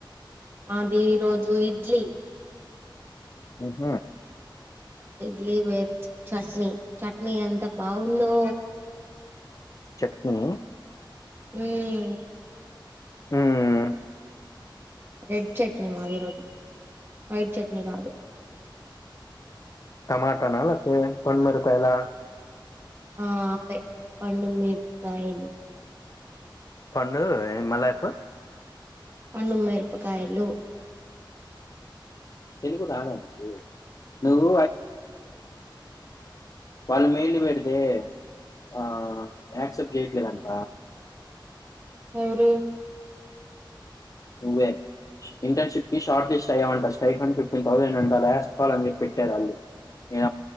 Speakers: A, on the right; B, on the left.
A: అది ఈ రోజు ఇడ్లీ
B: <inaudible> హ
A: ఇడ్లీ వేచ్చ్ చట్నీ చట్నీ ఎంత బావుందో
B: చట్నీ
A: ఉమ్
B: ఉమ్
A: రెడ్ చట్నీ మాది ఈరోజు వైట్ చట్నీ కాదు
B: టమాట న లేకపోతే పండు మిరపకాయల
A: ఆ అదే పండు మిరపకాయల
B: పండు మల్ల చెప్పు
A: పండు మిరపకాయలు
B: తెలుగు రాధ నీకు నువ్వు <inaudible> వాళ్ళు మెయిల్ పెడితే ఆ యాక్సెప్ట్ చేయట్లే అంట
A: ఎవరు
B: నువ్వే ఇంటర్న్‌షిప్ క షార్ట్ లిస్ట్ అయ్యమంట స్ట్రైఫాన్ ఫిటీన్ థౌసండ్ అంద లాస్ట్ కాల్ అని చెప్పి పెట్టారు అల్ యా